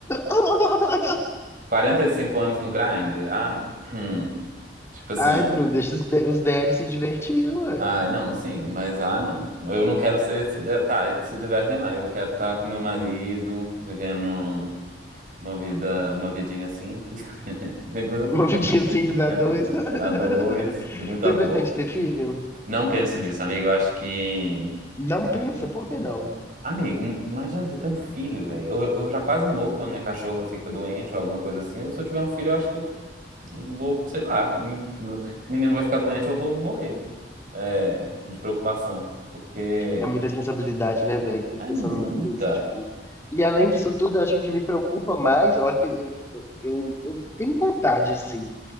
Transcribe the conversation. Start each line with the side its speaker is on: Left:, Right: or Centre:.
Left: <laughs>
Right: 45 anos no grind. Ah, não. Hum. Tipo assim.
Left: Ai, Bruno, deixa os, de os Derry se divertir, uai.
Right: Ah, não, sim, mas ah, não. Eu não quero ser. se- é, Tá, eles se divertem lá. Eu quero estar com meu marido, vivendo uma vida, uma vidinha simples. <laughs> Simples assim.
Left: Uma vidinha simples a
Right: né?
Left: dois. <laughs> Você
Right: A dois, de muito amor.
Left: pretende ter filho?
Right: Não penso nisso, amigo. Eu acho que.
Left: Não pensa, por que não?
Right: Amigo, imagina você ter um filho, velho. Eu, eu já quase morro quando minha cachorra fica doente ou alguma coisa assim. Ou se eu tiver um filho, eu acho que eu vou, sei lá. hum, O menino vai ficar doente, eu vou morrer. É, de preocupação. Porque.
Left: É muita responsabilidade, né, velho? Eu fico
Right: É
Left: pensando
Right: muita.
Left: muito nisso, tipo. E além disso tudo, eu acho que o que me preocupa mais, olha que eu, eu, eu tenho vontade, assim.